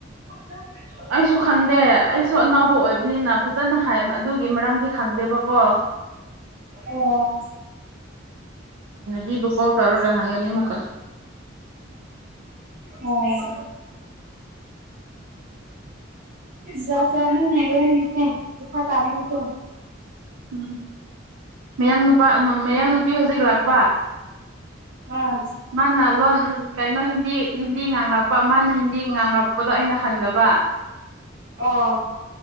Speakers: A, on the right (about 50°); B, on the right (about 85°).
A: <inaudible>
B: ꯑꯩꯁꯨ ꯈꯪꯗꯦ ꯑꯩꯁꯨ ꯑꯅꯧꯕ ꯑꯣꯏꯕꯅꯤꯅ ꯐꯖꯅ ꯍꯥꯏ ꯑꯗꯨꯒꯤ ꯃꯔꯝꯗꯤ ꯈꯪꯗꯦꯕꯀꯣ
A: ꯑꯣ
B: ꯕꯤꯕꯨ ꯀꯣꯜ ꯇꯧꯔꯒ ꯍꯥꯡꯒꯅꯤ ꯃꯨꯛꯀ
A: ꯑꯣ ꯖꯥꯀꯥꯃꯤ ꯅꯒꯦꯝ ꯊꯦ ꯇꯐꯥ ꯇꯥꯃꯜ ꯇ
B: ꯎꯝ ꯃꯌꯥꯡ ꯅꯨꯄꯥ ꯑꯃ ꯃꯌꯥꯡ ꯅꯨꯄꯤ ꯍꯧꯖꯤꯛ ꯂꯥꯛꯄ
A: ꯑꯥ
B: ꯃꯥꯅ ꯂꯣꯟ ꯀꯩꯅꯣ ꯍꯤꯟꯗꯤ ꯍꯤꯟꯗꯤ ꯉꯥꯡꯔꯛꯄ ꯃꯥꯅ ꯍꯤꯟꯗꯤ ꯉꯥꯡꯔꯛꯄꯗꯣ ꯑꯩꯅ ꯍꯪꯗꯕ ꯑ
A: ꯑꯣ